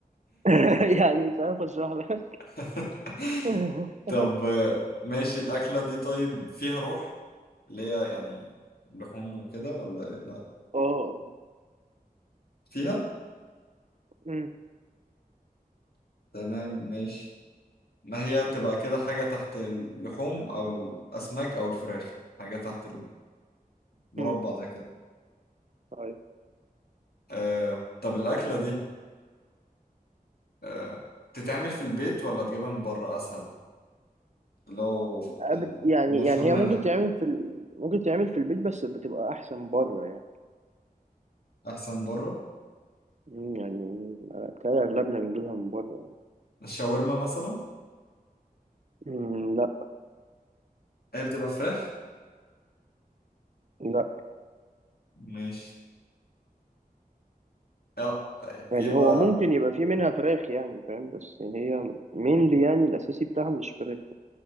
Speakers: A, on the right; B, on the left.
A: <laughs> يعني مش عارف أشرح لك
B: <laughs>
A: <laughs>
B: طب ماشي الأكلة دي طيب فيها روح اللي هي يعني لحوم وكده ولا إيه؟ لا
A: اه
B: فيها
A: أمم،
B: تمام ماشي ما هي تبقى كده حاجة تحت اللحوم أو الأسماك أو الفراخ حاجة تحت ال- المربع
A: أمم.
B: ده كده
A: طيب
B: آه طب الأكلة دي آه، تتعمل في البيت ولا تجيبها من بره اسهل اللي هو يعني
A: بت- يعني
B: المشهور
A: يعني
B: منها
A: هي ممكن تعمل في ال... ممكن تعمل في البيت بس بتبقى احسن بره يعني
B: احسن بره
A: مم، يعني بتهيألي اغلبنا بنجيبها من بره يعني
B: الشاورما مثلا
A: مم، لا
B: هي بتبقى فراخ
A: لا
B: ماشي اه
A: يعني
B: يبقى
A: هو ممكن يبقى في منها فراخ يعني فاهم بس هي مينلي يعني الاساسي بتاعها مش فراخ